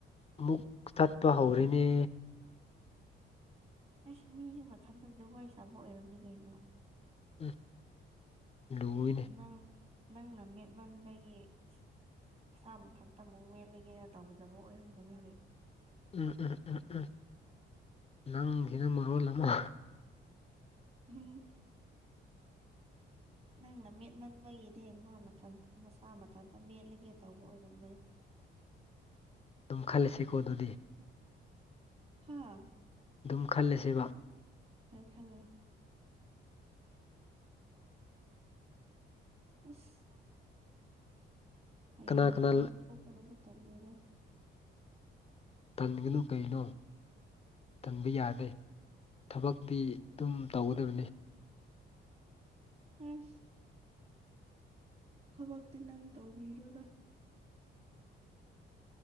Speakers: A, on the left; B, on the right.
A: ꯑꯃꯨꯛ ꯇꯥꯠꯄ ꯍꯧꯔꯦꯅꯦ
B: ꯑꯩꯁ ꯃꯤꯁꯨ ꯃꯊꯟꯇ ꯖꯒꯣꯏ ꯁꯥꯕ ꯑꯣꯏꯔꯝꯅꯤ ꯀꯩꯅꯣ
A: ꯎꯝ ꯂꯨꯏꯅꯦ
B: ꯅꯪ ꯅꯪꯅ ꯃꯦꯠꯃꯟꯕꯒꯤ ꯃꯁꯥ ꯃꯊꯟꯇ ꯃꯨꯛ ꯃꯦꯠꯂꯒꯦꯅ ꯇꯧꯖꯕ ꯑꯣꯏꯔꯝꯒꯅꯤꯅꯦ
A: ꯎꯝ ꯎꯝ ꯎꯝ ꯎꯝ ꯅꯪꯁꯤꯅ ꯃꯔꯣꯜ ꯑꯃ
B: <unintelligible> ꯅꯪꯅ ꯃꯦꯠꯃꯟꯕꯒꯤꯗꯤ ꯃꯥ ꯃꯊꯟꯇ ꯃꯁꯥ ꯃꯊꯟꯇ ꯃꯦꯠꯂꯒꯦ ꯇꯧꯕ ꯑꯣꯏꯔꯝꯒꯅꯤ
A: ꯑꯗꯨꯝ ꯈꯜꯂꯁꯤꯀꯣ ꯑꯗꯨꯗꯤ
B: ꯍꯥꯥ
A: ꯑꯗꯨꯝ ꯈꯜꯂꯁꯦꯕ
B: ꯍꫭꯏ ꯈꯜꯂꫭ ꯑꯁ ꯍꯌꯦꯡ
A: ꯀꯅꯥ ꯀꯅꯥ
B: ꯑꯃꯨꯛ ꯁꯣꯛꯀꯗꯕ ꯇꯜꯂꯦꯗ
A: ꯇꯟꯒꯅꯨ ꯀꯩꯅꯣ ꯇꯟꯕ ꯌꯥꯗꯦ ꯊꯕꯛꯇꯤ ꯑꯗꯨꯝ ꯇꯧꯒꯗꯕꯅꯤ
B: ꯎꯝ ꯊꯕꯛꯇꯤ ꯅꯪ ꯇꯧꯕꯤꯔꯣꯗ